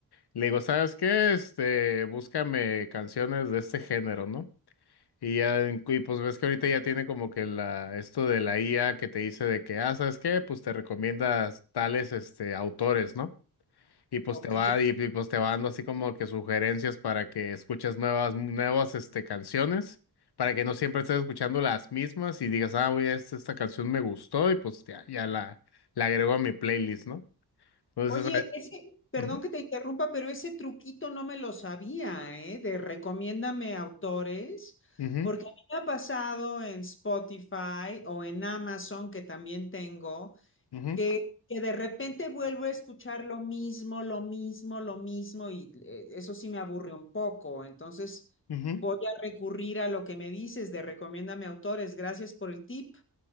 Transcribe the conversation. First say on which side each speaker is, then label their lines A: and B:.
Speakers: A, on the left; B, on the left.
A: Le digo, ¿sabes qué? Este, búscame canciones de este género, ¿no? Y ya, en- y pues ves que ahorita ya tiene como que la, esto de la IA que te dice de que, ah, ¿sabes qué? Pues te recomiendas tales, este, autores, ¿no? Y pues
B: Ok.
A: te va, y, y, pues te va dando así como que sugerencias para que escuches nuevas, nuevas, este, canciones, para que no siempre estés escuchando las mismas y digas, ah, oye, esta, esta canción me gustó y pues ya, ya la, la agrego a mi playlist, ¿no? Entonces,
B: Oye,
A: ah,
B: ese, perdón
A: ujú,
B: que te interrumpa, pero ese truquito no me lo sabía, ¿eh? De recomiéndame autores,
A: ujú,
B: porque a mí me ha pasado en Spotify o en Amazon, que también tengo,
A: ujú,
B: que, que de repente vuelvo a escuchar lo mismo, lo mismo, lo mismo, y eh, eso sí me aburre un poco. Entonces
A: ujú.
B: voy a recurrir a lo que me dices de recomiéndame autores. Gracias por el tip.